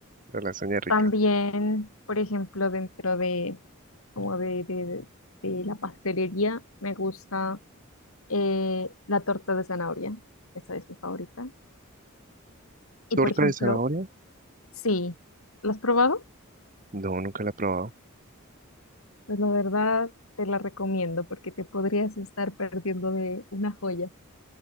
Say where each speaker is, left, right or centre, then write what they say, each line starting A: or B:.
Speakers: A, on the right (about 40°); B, on the left (about 75°).
A: la lasaña rica.
B: También, por ejemplo, dentro de como de, de- de la pastelería, me gusta Eh, la torta de zanahoria, esa es mi favorita. Y
A: ¿Torta
B: por ejemplo,
A: de zanahoria?
B: sí, ¿la has probado?
A: No, nunca la he probado.
B: Pues la verdad te la recomiendo porque te podrías estar perdiendo de una joya.